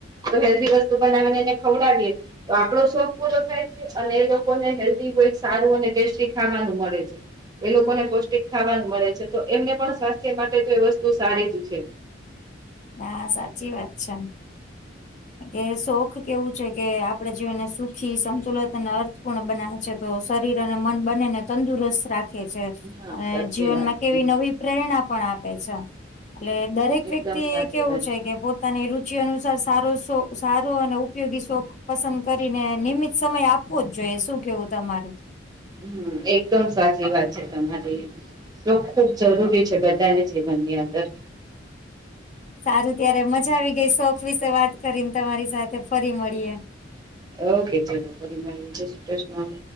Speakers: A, on the right (about 20°); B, on the left (about 40°).
A: તો હેલ્ધી વસ્તુ બનાવીને એને ખવડાવીએ તો આપડો શોખ પૂરો થાય છે, અને એ લોકોને હેલ્ધી કોઈ સારું અને ટેસ્ટી ખાવાનું મળે છે. એ લોકોને પૌષ્ટિક ખાવાનું મળે છે, તો એમને પણ સ્વાસ્થ્ય માટેતો એ વસ્તુ સારીજ છે..
B: હા સાચી વાત છે, આમ એ શોખ કેવું છે કે આપડ જીવનને સુખ થી સંતુલિત અને અર્થપૂર્ણ બનાવે છે તો શરીર અને મન બનેને તંદુરસ્ત રાખ છે
A: હા
B: અને
A: સાચી
B: જીવનમાં
A: વાત
B: કેવી
A: છે
B: નવી પ્રેરણા પણ આપે છે એટલે દરેક વ્યક્તિ
A: એકદમ સાચી
B: એ કેવું
A: વાત
B: છે કે પોતાની રુચિ અનુસાર સારો શો સારો અને ઉપયોગી શોખ પસંદ કરીને નિમિત સમય આપવો જ જોઈએ શું કેવું તમારું
A: હમ્મ એકદમ સાચી વાત છે તમારી તો ખુબ જરૂરી છે બધાને જીવનની અંદર
B: સારું ત્યારે મજા આવી ગઈ શોખ વિશે વાત કરીને તમારી સાથે ફરી મળીએે
A: ઓકે ચલો ફરી મળીયે જય શ્રી કૃષ્ણ